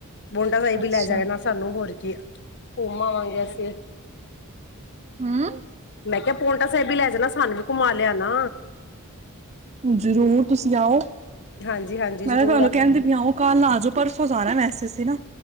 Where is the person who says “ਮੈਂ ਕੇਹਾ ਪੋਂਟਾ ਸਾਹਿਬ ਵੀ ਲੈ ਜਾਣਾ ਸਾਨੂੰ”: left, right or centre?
Left